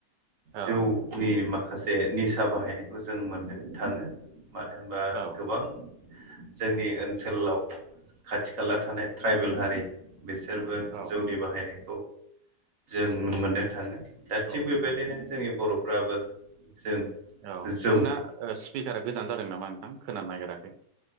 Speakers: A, on the right (about 80°); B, on the right (about 50°).
A: औ
B: जौनि माखासे निसा बाहायनायखौ जों मोननो थाङो मानो होनबा
A: औ
B: गोबां जोंनि ओनसोलाव खाथि खाला थानाय ट्राइबेल हारि बिसोरबो
A: औ
B: जौनि बाहायनाय मोननो थाङो दा थिग
A: औ
B: बेबायदिनो
A: नोंथां
B: जोंनि बर'फ्राबो जों
A: औ
B: जौ
A: नोंना स्पिकारा गोजान जादों नामा नोंथां खोनानो नागिराखै।